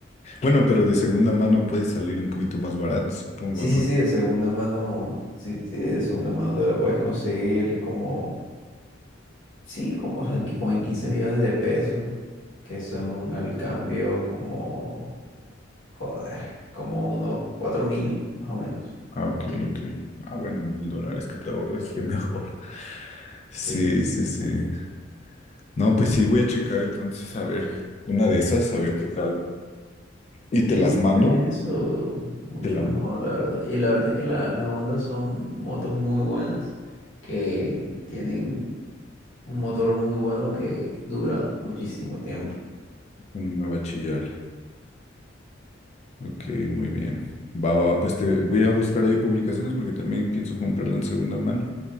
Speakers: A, on the left (about 35°); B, on the left (about 70°).
A: Bueno, pero de segunda mano puede salir un poquito más barato, supongo,
B: Sí,
A: ¿no?
B: sí, sí, de segunda mano. Sí, sí, de segunda mano te la puedes conseguir como. Sí, como, o sea, en qui- como en 15 millones de pesos. Que son al cambio como. Joder, como unos cuatro mil, más o menos.
A: Ah, ok,
B: cuatro mil.
A: ok. Ah, bueno, mil dólares que te ahorres, qué mejor. Sí,
B: Sí, sí,
A: sí,
B: bastante.
A: sí. No, pues sí, voy a checar entonces a ver una de esas, a ver qué tal. Y te
B: Sí,
A: las
B: si
A: mando.
B: tienes eso, mucho
A: Te la-
B: mejor, la verdad. Y la verdad es que la- las Hondas son motos muy buenas que tienen. Un motor muy bueno que dura muchísimo tiempo.
A: Cuando me va a chillar. Ok, muy bien. Va, va, va, pues te voy a buscar ahí publicaciones porque también pienso comprarla en segunda mano.